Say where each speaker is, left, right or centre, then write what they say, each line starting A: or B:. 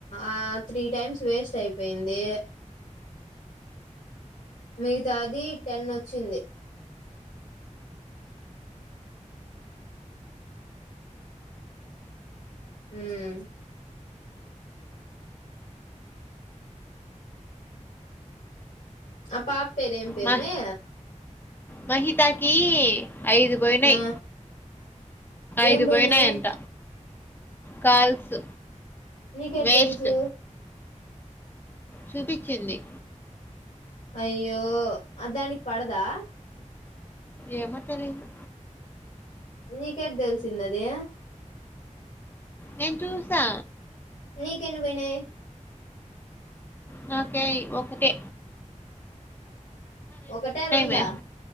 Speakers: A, on the left (about 80°); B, on the left (about 15°).
A: ఆ త్రీ టైమ్స్ వేస్ట్ అయిపోయింది మిగతాది టెన్ వచ్చింది మ్మ్ ఆ పాప పేరు ఏం పేరుమే
B: మ- మహితాకి ఐదు పోయినయి
A: ఆ ఏం
B: యిదు
A: పోయినాయి
B: పోయినా అంత కాల్స్
A: నీకు ఎట్లా
B: వేస్ట్
A: తెలుసు
B: చూపించింది
A: అయ్యో అ దానికి పడదా
B: ఏమో తెలిదు
A: నీకెట్ తెలిసింది అది
B: నేను చూసా
A: నీకెన్ని పోయినై
B: నాకేయ్ ఒకటి
A: ఒకట రెండా
B: మే.